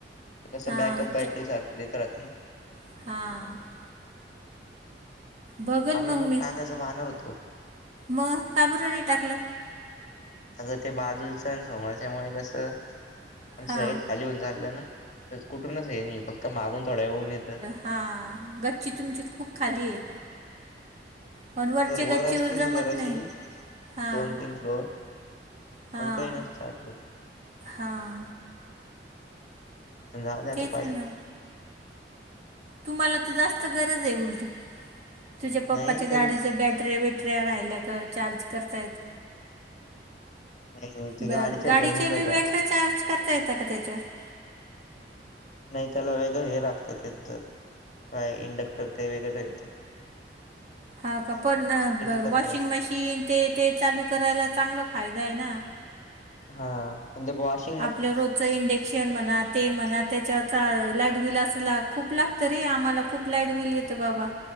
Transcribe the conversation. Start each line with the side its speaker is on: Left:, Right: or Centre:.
Left: कसं
Right: हां
Left: बॅकअप बॅटरी सारखं देत राह ना
Right: हा बघल
Left: आम्ही
Right: मग
Left: पण
Right: मी
Left: टाकायचं पाहणार होतो
Right: मग का बर णी टाकलं.
Left: अगं ते बाजूलचण समोरच्यामुळे कसं आमचं
Right: हां
Left: सगळत खाली होऊ चाललं ना तर कुठूनच हे फक्त मागून थोडं होऊन येतं.
Right: हा गच्ची तुमची खूप खाली आहे. पण वरच्या
Left: तर
Right: गच्चीवर
Left: वर असती
Right: जमत
Left: ना जराशी
Right: नाही हां
Left: दोन तीन फ्लोअर.
Right: हां
Left: पण काही नसत आढलं.
Right: हां.
Left: पण जाऊ द्या आता
Right: तेच
Left: बाई.
Right: ना तुम्हाला तर जास्त गरज आहे उलट तुझ्या पप्पाच्या
Left: नाही तरी
Right: गाडीच्या बॅटर ब ट्र्या राहिल्या का चार्ज करता येत.
Left: नाही नाही ते
Right: ब
Left: गाडीच्या
Right: गाडीचे
Left: ह्याच्यावर होऊन जातं
Right: बी
Left: आमचं
Right: बॅटरी चार्ज करता येतं का? त्याच्यावर.
Left: नाही त्याला वेगळं हे राखत त्यांचं काय इंडक्टर ते वेगळं ठेवत.
Right: हा का पण
Left: करंट
Right: वॉशिंग
Left: बसतो.
Right: मशीन ते ते चालू करायला चांगला फायदा आहे ना.
Left: हा पण ते बॉशी
Right: आपल्या रोजचं इंडेक्शन म्हणा ते म्हणा त्याच्या- लाईट बिल अस खूप लागतं रे आम्हाला खूप लाईट बिल येतं बाबा!